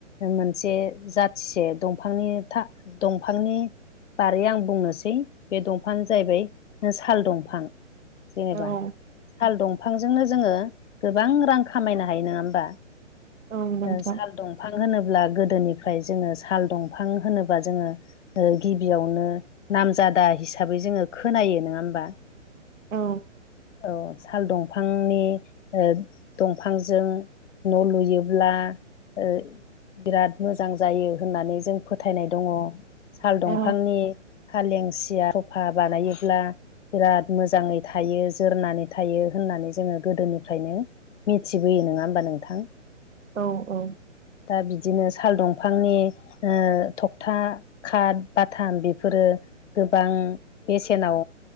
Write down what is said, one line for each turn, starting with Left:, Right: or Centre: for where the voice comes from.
Left: मोनसे जाथिसे दंफांनि था दंफांनि। बारै आं बुंनोसै। बे दंफांानो जाहैबाय साल दंफां जेनेबा।
Right: औ
Left: साल दंफांजोंनो जोङो गोबां रां खामायनो हायो नङा होमबा।
Right: औ नोंथां
Left: ओ साल दंफां होनोब्ला गोदोनिफ्राय जोङो साल दंफां होनोब्ला जोङो। ओ गिबियावनो नामजादाय। हिसाबै जोङो खोनायो नङा होमबा
Right: औ
Left: औ साल दंफांनि ओ दंफांजों न' लुयोब्ला ओ बिराद मोजां जायो होननानै जों फोथायनाय दङ साल दंफांनि
Right: औ
Left: फालेंसिया सफा बानायोब्ला बिराद मोजाङै थायो जोरनानै थायो होननानै जोङो गोदोनिफ्रायनो मिथिबोयो नङा होमबा नोंथां
Right: औ औ
Left: दा बिदिनो साल दंफांनि ओ थखथा खााद बाथाम बेफोरो गोबां बेसेनाव